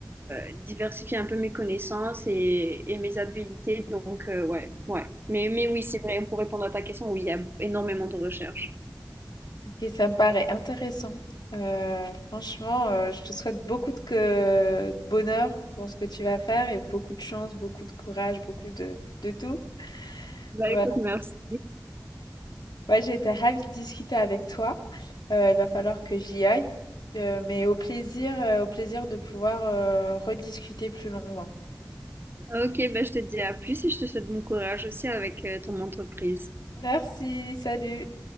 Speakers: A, on the right; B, on the left.
A: euh, diversifier un peu mes connaissances et, et mes habilités. Donc, euh, ouais, ouais. Mais, mais oui, c'est vrai, pour répondre à ta question, oui, il y a énormément de recherche
B: Ok, ça me paraît intéressant. Euh, franchement, euh, je te souhaite beaucoup de, que- de bonheur dans ce que tu vas faire et beaucoup de chance, beaucoup de courage, beaucoup de, de tout.
A: Bah
B: Voilà.
A: écoute, merci.
B: Ouais, j'ai été ravie de discuter avec toi. Euh, il va falloir que j'y aille, Euh, mais au plaisir, euh, au plaisir de pouvoir euh, rediscuter plus longuement.
A: Ok, ben je te dis à plus et je te souhaite bon courage aussi avec euh, ton entreprise.
B: Merci, salut.